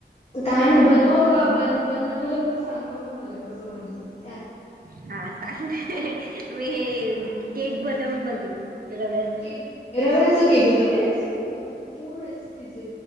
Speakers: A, on the left; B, on the right.
A: ते काय
B: छान
A: नाही बनवा
B: आहे मग
A: बघा बन- बनवलं तर सांगा म मला कसं बनलं काय?
B: हा. सांगते मी हे केक बनवून बघेन. रव्या-
A: केक रव्याचा केक होतो. तुम्ही रेसिपी बघा भरपूर रेसिपीज